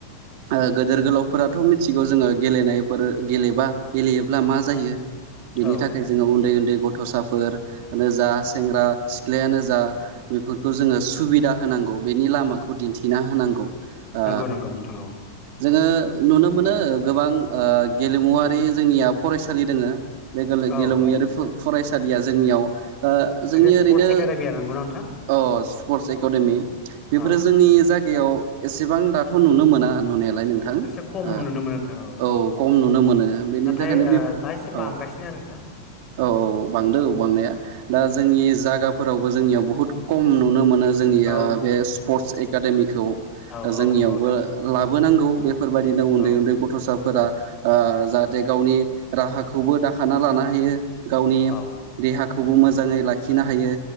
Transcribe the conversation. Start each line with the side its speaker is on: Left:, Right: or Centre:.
Right: ओ गोदोर गोलावफोराथ' मिथिगौ जोङो गेलेनायफोर गेलेबा गेलेयोब्ला मा जायो बेनि
Left: औ
Right: थाखाय जोङो उन्दै उन्दै गथ'साफोरनो जा सेंग्रा सिख्लायानो जा बेफोरखौ जोङो सुबिदा होनांगौ होनांगौ बेनि लामाखौ दिन्थिना होनांगौ ओ
Left: नंगौ नंगौ नोंथां
Right: जोङो नुनो मोनो गोबां ओ गेलेमुवारि जोंनिया फरायसालि दोङो बे
Left: औ
Right: गेलेमुयारि
Left: नंगौ
Right: फरायसालिया जोंनियाव ओ जोंनि
Left: खायसे स्पर्टस
Right: ओरैनो
Left: एकाडेमि आरो नंगौना नोंथां
Right: अ स्पर्टस एकाडेमि बेफोरो
Left: औ
Right: जोंनि जायगायाव एसेबां दाथ' नुनो मोना नुनायालाय नोंथां
Left: उम एसे खम
Right: ओ
Left: नुनो मोनो नोंथां
Right: औ खम नुनो मोनो बेनि
Left: नाथाय
Right: थाखायनो बे
Left: ओ
Right: औ
Left: दा एसे बांगासिनो आरो नोंथां औ
Right: औ औ बांदो औ बांनाया दा जोंनि जायगाफोरावबो जोंनियाव बुहुद खम नुनो मोनो जोंनिया
Left: औ
Right: बे स्पर्स एखादेमिखौ
Left: औ
Right: जोंनियावबो
Left: औ नंगौ नोंथां
Right: ला लाबोनांगौ बेफोर बायदिनो उन्दै
Left: औ
Right: उन्दै गथ'साफोरा ओ जाहा जे गावनि राहाखौबो दाखाना लानो हायो गावनि
Left: औ
Right: देहाखौबो मोजां मोजाङै लाखिनो हायो